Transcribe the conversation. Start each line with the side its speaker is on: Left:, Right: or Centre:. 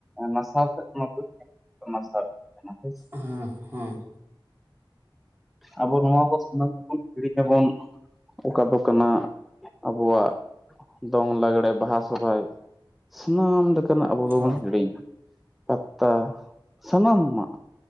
Centre: ᱱᱟᱥᱟᱣ ᱥᱮᱫ ᱢᱟ ᱦᱮᱥᱮ ᱱᱟᱥᱟᱣᱚᱜ ᱠᱟᱱᱟ ᱦᱮᱥᱮ ᱾
Right: ᱦᱮᱸ ᱦᱩ ᱾
Centre: ᱟᱵᱚ ᱱᱚᱣᱟ ᱠᱚ ᱥᱟᱱᱟᱢ ᱠᱚᱵᱚᱱ ᱦᱤᱲᱤᱧᱟᱵᱚᱱ ᱚᱠᱟ ᱫᱚ ᱠᱟᱱᱟ ᱟᱵᱚᱣᱟᱜ ᱫᱚᱝ ᱞᱟᱜᱽᱲᱮ ᱵᱟᱦᱟ ᱥᱚᱦᱨᱟᱭ ᱾ ᱥᱟᱱᱟᱢ ᱞᱮᱠᱟᱱᱟᱜ ᱟᱵᱚ ᱫᱚᱵᱚᱱ
Right: ᱦᱳᱭ
Centre: ᱦᱤᱲᱤᱧᱟ ᱯᱟᱛᱟ ᱥᱟᱱᱟᱢᱟᱜ